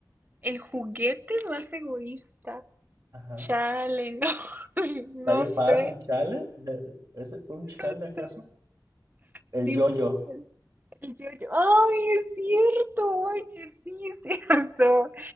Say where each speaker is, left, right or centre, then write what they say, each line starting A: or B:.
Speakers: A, on the right; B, on the right.
A: El juguete más egoísta.
B: Ajá.
A: Chale, no, <laughs> no
B: ¿Está bien
A: sé,
B: fácil, chale? <laughs> ¿Es un chale
A: no
B: acaso?
A: sé.
B: El
A: Sí,
B: yo-yo.
A: fue un chale. El yo-yo. Ay, es cierto, oye, sí, es <laughs> cierto.